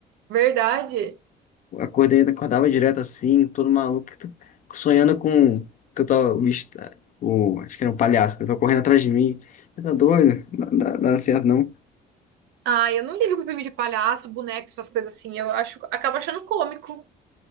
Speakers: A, on the right; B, on the left.
A: Verdade.
B: Acordei, acordava direto assim, todo maluco, sonhando com que eu tava. O, bicho tá- o- acho que era um palhaço, né? Tava correndo atrás de mim. Você tá doido? Não dá, dá certo, não.
A: Ah, eu não ligo pra filme de palhaço, boneco, essas coisas assim. Eu acho, acabo achando cômico.